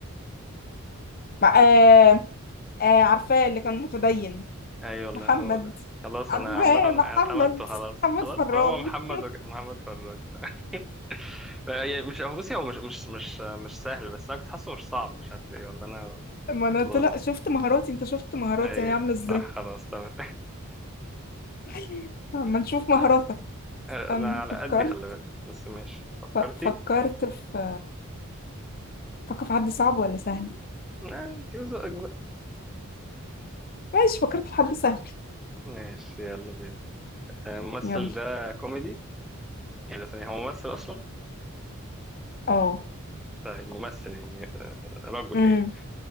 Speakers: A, on the left (about 40°); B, in the centre.
A: مع... آه، آه عارفاه اللي كان متدين
B: أيوة والله
A: محمد
B: هو ده خلاص
A: عارفاه
B: أنا عامة
A: محمد
B: اعتمدته خلاص
A: محمد
B: خلاص
A: فراج
B: طالما محمد
A: <laughs>
B: وج... محمد فراج <laughs> يعني مش هو بصي هو مش مش مش مش سهل بس أنا كنت حاسه مش صعب مش عارف ليه والله أنا
A: ما انا طلع
B: ظالم
A: شفت مهاراتي انت شفت مهاراتي
B: أي
A: هي عامله ازاي
B: صح خلاص تمام
A: <laughs> ما نشوف
B: <laughs>
A: مهاراتك
B: أي،
A: استنى،
B: أنا على
A: فكرت
B: قدي خلي بالك بس ماشي فكرتي؟
A: ف- فكرت في فكر في حد صعب ولا سهل
B: لا أنت وذوقك بقى
A: ماشي فكرت في حد سهل
B: ماشي يلا بينا الممثل
A: يلا
B: ده كوميدي؟ يعني ثانية، هو ممثل أصلا؟
A: اه
B: طيب ممثل يعني آه، رجل
A: امم
B: يعني